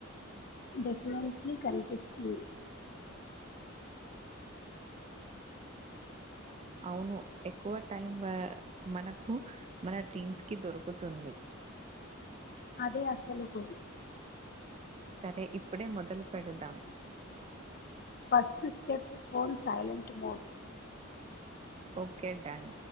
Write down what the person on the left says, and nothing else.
డెఫెనెట్లీ కన్పిస్తుంది
అదే అసలుకు
first step phone silent mode